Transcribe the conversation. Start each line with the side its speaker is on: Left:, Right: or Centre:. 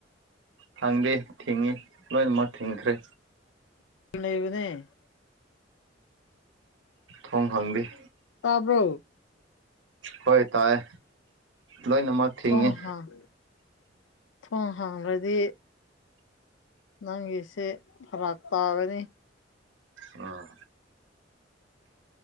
Right: ꯍꯥꯡꯗꯦ ꯊꯤꯡꯉꯤ ꯂꯣꯏꯅꯃꯛ ꯊꯤꯡꯈ꯭ꯔꯦ
Left: <unintelligible> ꯂꯩꯕꯅꯦ
Right: ꯊꯣꯡ ꯍꯥꯡꯗꯦ
Left: ꯇꯥꯕ꯭ꯔꯣ
Right: ꯍꯣꯏ ꯇꯥꯏꯌꯦ ꯂꯣꯏꯅꯃꯛ ꯊꯤꯡꯉꯤ
Left: ꯊꯣꯡ ꯍꯥꯡ ꯊꯣꯡ ꯍꯥꯡꯈ꯭ꯔꯗꯤ ꯅꯪꯒꯤꯁꯦ ꯐꯔꯥꯛ ꯇꯥꯒꯅꯤ
Right: ꯑ